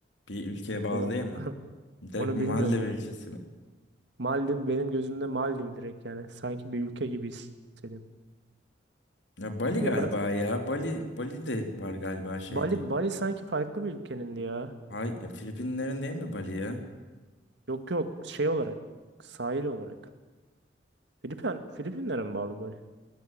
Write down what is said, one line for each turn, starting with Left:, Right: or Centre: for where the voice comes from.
Left: Bir ülkeye bağlı
Right: Onu
Left: değil mi?
Right: <laughs>
Left: Direkt
Right: onu
Left: Maldiv
Right: bilmiyorum ya.
Left: ülkesi mi?
Right: Maldiv benim gözümde Maldiv direkt yani. Sanki bir ülke gibi hissediyorum.
Left: Ya Bali
Right: Ya
Left: galiba
Right: ben
Left: ya. Bali Bali de var galiba şey
Right: Bali
Left: diye.
Right: Bali sanki farklı bir ülkenin ya.
Left: Hay, ya Filipinlerin değil mi Bali ya?
Right: Yok yok şey olarak sahil olarak. Filipin Filipinlere mi bağlı Bali?